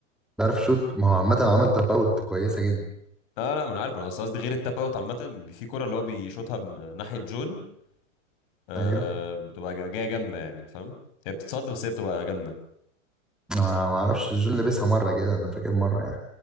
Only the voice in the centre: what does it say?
عارف شوت ما هو عامة عمل تفاوت كويسة جدا
ايوه
ما ما اعرفش جون لبسها مرة كده انا فاكر مرة يعني